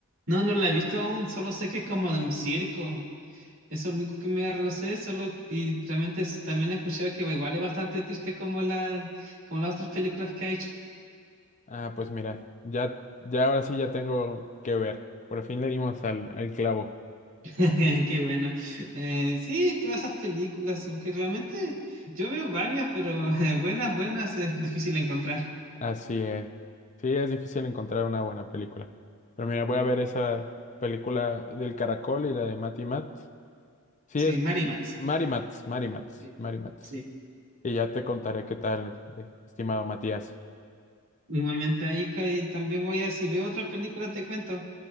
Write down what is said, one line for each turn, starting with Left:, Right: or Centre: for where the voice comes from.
Right: No, no la he visto aún, solo sé que es como de un circo. Eso es lo único que me lo sé, solo y realmente es- también he escuchado que igual es bastante triste como la como las otras películas que ha hecho.
Left: Ah, pues mira, ya, ya ahora sí ya tengo que ver. Por fin le dimos al, al clavo.
Right: <laughs> Qué bueno. Eh, sí, todas esas películas, que realmente yo veo varias, pero <laughs> eh, buenas, buenas es difícil encontrar.
Left: Así es. Sí, es difícil encontrar una buena película. Pero mira, voy a ver esa película del Caracol y la de Matty Matt Sí,
Right: Sí,
Left: es
Right: Mary Mats.
Left: Marimats, Marimats,
Right: Sí.
Left: Marimats.
Right: sí.
Left: Y ya te contaré qué tal, eh, estimado Matías.
Right: Igualmente ahí, ahí también voy a, si veo otra película te cuento.